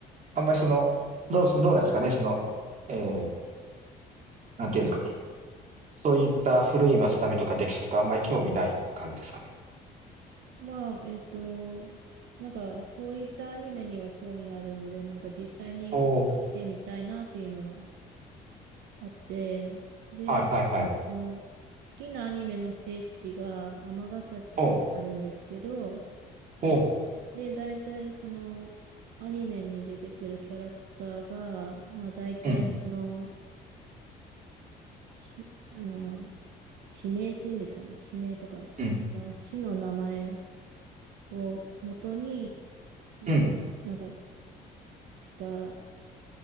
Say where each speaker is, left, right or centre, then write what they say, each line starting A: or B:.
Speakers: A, on the right; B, on the right.
A: あんまりその、どう、どうなんですかね、その、えー、なんていうんですかね。そういった古い町並みとか歴史とかあんまり興味ない感じですかね。
B: まあ、えっと、なんかそういったアニメには興味あるので、なんか実際になんか見てみたいなっていうのは
A: おー
B: あって、で、
A: はいはいはい。
B: その好きなアニメの聖地が尼崎あるんですけど、
A: おう、おう、
B: で、大体そのアニメに出てくるキャラクターが、まあ大体その、
A: うん、
B: し、あの、地名っていうんですかね、地名とか、しあの市の名前
A: うん、
B: を元に、ん
A: うん。
B: なんかした